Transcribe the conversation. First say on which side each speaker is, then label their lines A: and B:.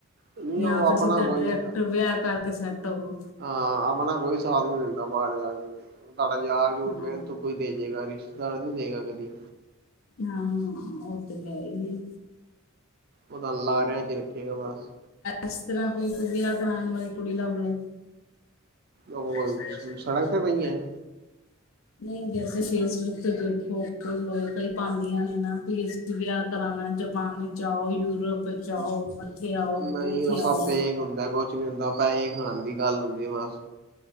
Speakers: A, on the right; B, on the left.
A: ਨਹੀਂ
B: ਯਾਂ
A: ਉਹ
B: ਫਿਰ
A: ਆਪਣਾ
B: ਸਿੱਧਾ
A: ਕੋਈ
B: ਡਰੈਕਟ ਵਿਆਹ ਕਰਕੇ ਸੈਟ ਹੋਵੋ
A: ਹਾਂ ਅਪਣਾ ਕੋਈ ਸਾਥ ਨੀ ਦਿੰਦਾ ਬਾਰ ਜਾ ਕੇ, ਸਾਡਾ ਯਾਰ ਦੋਸਤ
B: ਹਾਂ
A: ਗਏ ਤੋ ਕੁਛ ਪੇਜੇਗਾ ਵੀ, ਰਿਸ਼ਤਦਾਰ ਨਹੀਂ ਪੇਜੇਗਾ ਕਦੀ।
B: ਹਾਂ ਉਹ ਤੇ ਹੈ ਈ ਯੇ
A: ਉਹ ਤਾਂ ਲਾਰਆਂ ਚ ਰੱਖੇਗਾ ਬਸ
B: ਇਸ ਤਰ੍ਹਾਂ ਕੋਈ <unintelligible> ਵਾਲੀ ਕੁੜੀ ਲੱਭ ਲੋ।
A: ਉਹ
B: ਅੱਛ ਸਸ਼ਦੇ
A: ਸੜਕ ਤੇ ਪਈਆਂ
B: <unintelligible> ਨਈ ਵੈਸੇ ਫੇਸਬੁੱਕ ਤੇ ਦੇਖੋ ਕਈ ਔਰ ਕਈ ਪਾਦੀਆਂ ਨੇ ਨਾ ਫੇਸ ਵਯਾਹ ਕਰਾਣੈ ਜਪਾਨ ਚ ਆਓ, ਯੂਰਪ ਚ ਆਓ ਤੇ
A: ਨਈ
B: ਉੱਥੇ
A: ਉਹ ਸਭ
B: ਆਓ
A: ਫੇਕ ਹੁੰਦੈ ਕੁਛ ਨੀ ਹੁੰਦਾ ਪੈਹੇ ਖਾਣ ਦੀ ਗੱਲ ਹੁੰਦੀ ਬਸ।